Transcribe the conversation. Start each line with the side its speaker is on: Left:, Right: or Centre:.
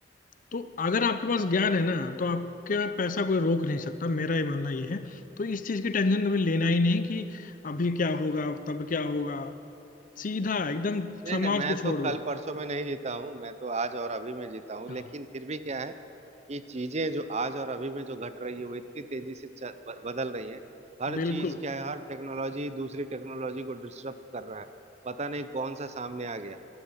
Left: तो अगर आपके पास ज्ञान है ना तो आपका पैसा कोई रोक नहीं सकता मेरा ये मानना ये है तो इस चीज की टेंशन कभी लेना ही नहीं कि अभी क्या होगा तब क्या होगा सीधा एकदम
Right: नहीं
Left: समाज
Right: नहीं मैं
Left: को छोड़
Right: तो
Left: दो
Right: कल परसों में नहीं जीता हूँ मैं तो आज और अभी में जीता हूँ
Left: हाँ
Right: लेकिन फिर भी क्या है कि चीजें जो आज और अभी में जो घट रही है वो इतनी तेजी से च, ब- बदल रही है हर
Left: बिल्कुल
Right: चीज क्या है हर टेक्नोलॉजी दूसरी टेक्नोलॉजी को डिस्टर्ब कर रहा है पता नहीं कौन सा सामने आ गया